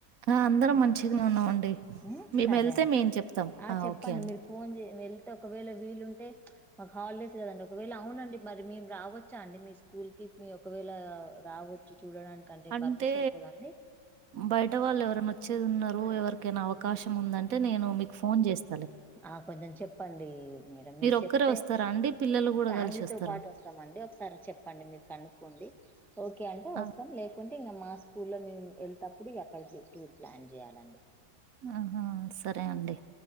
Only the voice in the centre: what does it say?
ఉ
సరే
అండి
ఆ చెప్పండి
మీరు ఫోన్ చె వెళ ఒకవేళ వీలుంటే మాకు హాలిడేస్ కదండి ఒకవేళ అవునండి మరి మేము రావచ్చా అండి మీ స్కూల్ కి మీరు ఒకవేళ రావచ్చు చూడడానికంటే
పర్మిషన్ ఉంటదండి
ఆ కొంచెం చెప్పండి మేడం మీరు చెప్తే
ఫ్యామిలీతో
పాటు వస్తామండి ఒకసారి చెప్పండి మీరు కనుక్కోండి ఓకే అంటే వస్తాం
లేకు అయితే మా స్కూల్ లో మేము వెళ్ళతేప్పుడు ఇక అక్కడ టూర్ ప్లాన్ చేయ్యాలండి